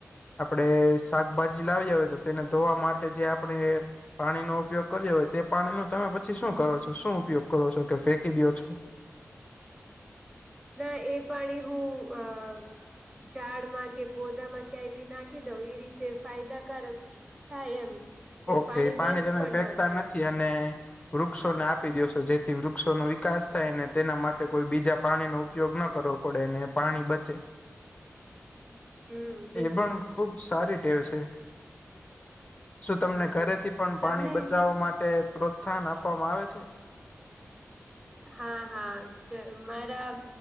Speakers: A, on the left; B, on the right.
A: આપણેે શાકભાજી લાવીય હોય તો, તેને ધોવા માટે જે આપણે પાણીનો ઉપયોગ કર્યો હોય તે, પાણીનો તમે પછી શું કરો છો? શું ઉપયોગ કરો સો કે ફેંકી દીયો છો?
B: ના એ પાણી હું અ ચાડમાં કે, પોદામાં ક્યાંય બી નાખી દઉ ઈ રીતે ફાયદાકારક થાય એમ. ને
A: ઓકે પાણી
B: વેસ્ટ
A: તમે
B: પણ
A: ફેંકતા
B: ના થાય
A: નથી અને વૃક્ષોને આપી દિયો સો જેથી વૃક્ષોનો વિકાસ થાય અને તેના માટે કોઈ બીજા પાણીનો ઉપયોગ ન કરવો પડે ને પાણી બચે.
B: <unintelligible> બિલકુલ
A: એ પણ ખુબ સારી ટેવ છે. શું તમને
B: હમ
A: ઘરેથી પણ પાણી
B: તમને
A: બચાવા માટે પ્રોત્સાહન આપવામાં આવે છે?
B: હા હા જરૂ મારા